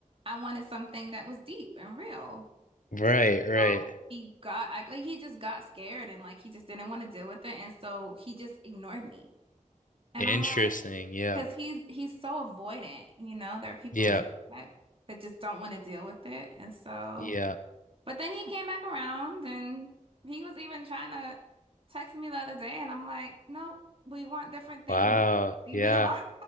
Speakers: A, on the right (about 45°); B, on the left (about 75°).
A: I wanted something that was deep and real.
B: Right. Right.
A: Oh, he got I, like he just got scared and like he just didn't want to deal with it, and so he just ignored me. And
B: Interesting.
A: I'm like,
B: Yeah.
A: because he's he's so avoidant, you know. There are people
B: Yeah.
A: like that that just don't want to deal with it, and so.
B: Yeah.
A: But then he came back around, and he was even trying to text me the other day, and I'm like, nope, we want different things.
B: Wow.
A: Leave
B: Yeah.
A: me alone.